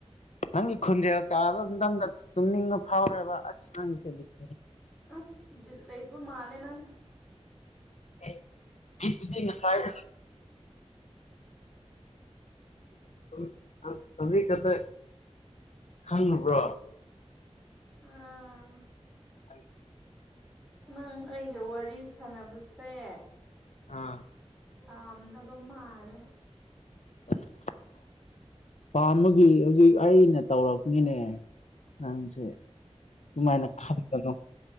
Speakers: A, on the left; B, in the centre.
A: ꯅꯪꯒꯤ ꯈꯨꯟꯖꯦꯜ ꯇꯥꯕ ꯃꯇꯝꯗ ꯇꯨꯝꯅꯤꯡꯕ ꯐꯥꯎꯔꯦꯕ ꯑꯁ ꯅꯪꯁꯤꯗꯤ <inaudible>
B: ꯑꯁ ꯂꯩꯕ ꯃꯥꯜꯂꯦ ꯅꯪ
A: ꯑꯦ ꯕꯤꯠꯇꯨꯗꯤ ꯉꯁꯥꯏꯅ <inaudible> ꯍꯧꯖꯤꯛ ꯈꯛꯇ ꯈꯪꯉꯕ꯭ꯔꯣ
B: ꯑꯥ
A: ꯎ
B: ꯅꯪ ꯑꯩꯒ ꯋꯥꯔꯤ ꯁꯥꯟꯅꯕꯁꯦ
A: ꯑꯥ
B: ꯄꯥꯝꯗꯕ ꯃꯥꯂꯦ
A: <inaudible> ꯄꯥꯝꯕꯒꯤ ꯍꯧꯖꯤꯛ ꯑꯩꯅ ꯇꯧꯔꯛꯃꯤꯅꯦ ꯅꯪꯁꯦ ꯗꯨꯃꯥꯏꯅ ꯈꯟꯒꯅꯣ